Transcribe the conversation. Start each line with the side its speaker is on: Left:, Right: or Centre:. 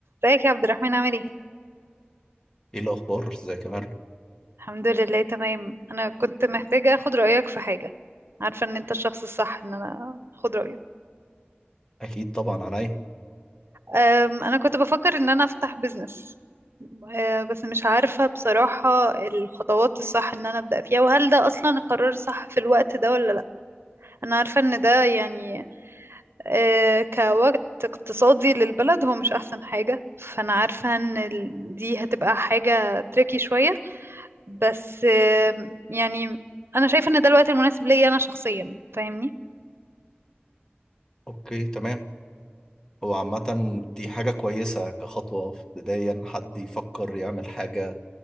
Right: ازيك يا عبد الرحمن عامل ايه؟
Left: ايه الاخبار ازيك يا مرنة
Right: الحمد لله تمام انا كنت محتاجة اخد رأيك في حاجة عارفة ان انت الشخص الصح ان انا اخد رأيه
Left: اكيد طبعا عليا
Right: أم، انا كنت بفكر ان انا افتح بيزنس أه، بس مش عارفة بصراحة الخطوات الصح ان انا ابدأ فيها وهل ده اصلا القرار الصح في الوقت ده ولا لا انا عارفة ان ده يعني أه، كوقت اقتصادي للبلد هو مش احسن حاجة فانا عارفة ان ال- دي هتبقى حاجة تريكي شوية بس آم، يعني انا شايفه ان ده الوقت المناسب ليا انا شخصيا فاهمني
Left: اوكي تمام هو عامة دي حاجة كويسة كخطوة في بداية إن حد يفكر يعمل حاجة